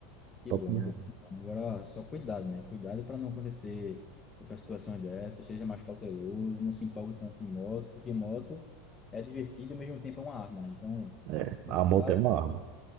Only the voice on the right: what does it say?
Top
mesmo.
É,
a moto é uma arma.